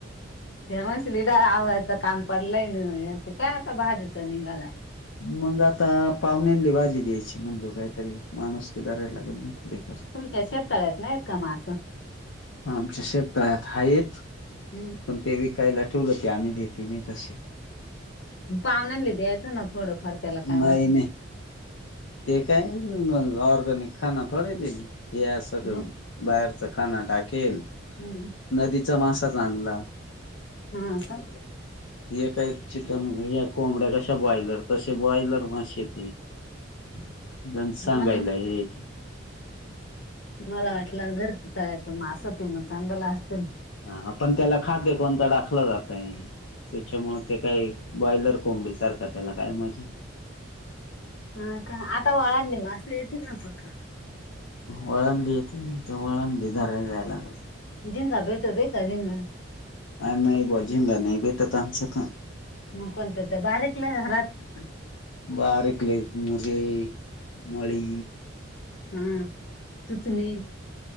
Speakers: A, on the left (about 65°); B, on the left (about 80°).
A: ते म्हणशील इथं आवायचं काम पडलंय न यांच काय आता भाजीच निघालाय.
B: मंग आता पाहुण्यांले भाजी द्यायची म्हणल्याव काहीतरी माणूसकी धरायला लागल ना. थोडीफार.
A: तुमच्या शेततळ्यात नाहीहेत का मास?
B: आमच्या शेतताळ्यात आहेत.
A: हूं!
B: पण ते विकायला ठुवलं ते आम्ही देती नाही तसे.
A: पाहुण्या न ले दयायचं ना थोडं फार त्याला काय
B: नाही
A: वत.
B: नाही ते काय ऑर्गनिक खाना थोड हे आ सगळ.
A: मग
B: बाहेरच खाना टाकेल.
A: हूं!
B: नदीचा मासा चांगला.
A: हा का?
B: ए का एक चिकन या कोंबड्या कशा बॉयलर तशी बॉयलर माशे ती.
A: <unintelligible> <inaudible>
B: जण सांगायला
A: मला
B: हे ते
A: मला वाटलं घरच टायचं मग असं तेि मग चांगलं असतील.
B: हा पण त्याला खाद्य कोणतं टाकलं जात आहे? त्याच्यामुळे ते काय बॉयलर कोंबडी सारखा त्याला काय मजा.
A: हा का आता वळांनी मासे येतील ना पका?
B: वळंदी येते तर वळंदी रा जायला लागते.
A: जिंदा भेटत बेता जिंद?
B: ह नाही बजेंडा नाही ब एट तर आमच्याछ <unintelligible>
A: न कोतते बारी कला ह <unintelligible>
B: बारीक ले मुगे मळी
A: हा सुथणी